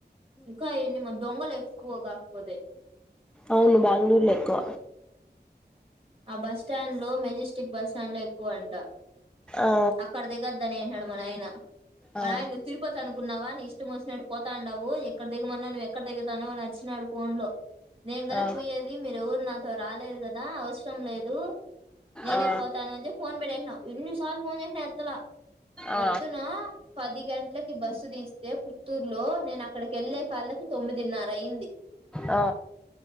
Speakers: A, on the right; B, in the centre.
A: ఇంకా ఎన్ని మ దొంగలు ఎక్కువ కాకపోతే
B: అవును బెంగుళూర్ల ఎక్కువ
A: ఆ బస్ స్టాండ్ లో మేజిస్టిక్ బస్ స్టాండ్ లో ఎక్కువ అంట
B: ఆ
A: అక్కడ దిగద్ద అని అన్నాడు మా నాయిన మా
B: ఆ
A: నాయన నువ్ తిరుపతి అనుకున్నావా ని ఇస్ట్ ఇష్టమొచ్చినట్టు పోతాండవు ఎక్కడ దగ్గమన్నా నువ్వు ఎక్కడ దగ్గతావనచ్చినడ్ ఫోన్ లో నేన్ గద
B: ఆ
A: పోయేది మీరు ఎవర్ నాతో రాలేద్ గద అవసరం లేదు నేనె
B: ఆ
A: పోతనా అని ఫోన్ పెట్టేసినవ్ ఏన్నిసార్లు ఫోన్ చేసినా ఎత్తలా పొద్దునా
B: ఆ
A: పది గంటలకు బస్సు తీస్తే పుత్తూర్ లో నేను అక్కడికి ఏళ్ళే కళ్ళకి తొమ్మిదిన్నర అయింది
B: ఆ